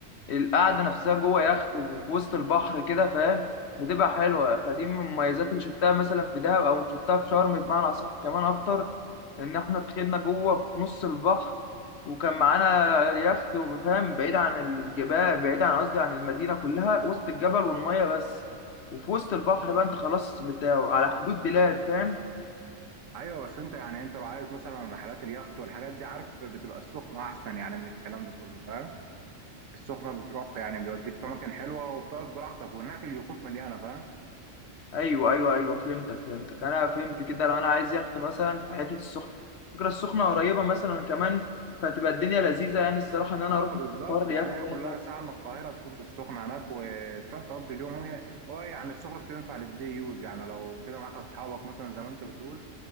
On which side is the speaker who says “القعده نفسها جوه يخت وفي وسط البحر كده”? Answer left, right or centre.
Left